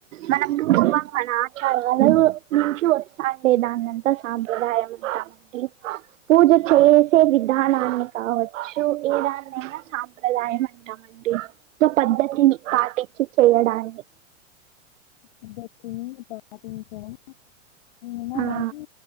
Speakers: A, on the right (about 80°); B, on the left (about 40°).
A: మనం కుటుంబం మన ఆచారాలు నుంచి వస్తా అండే దాన్ని అంతా సాంప్రదాయం అంటామడి పూజ చేసే విధానాన్ని కావచ్చు ఏదాన్నైనా సాంప్రదాయం అంటాం అండి సో పద్ధతిని పాటి చి చేయడాన్ని
B: పద్ధతిని పాటించడం ఏమో
A: ఆ
B: గాని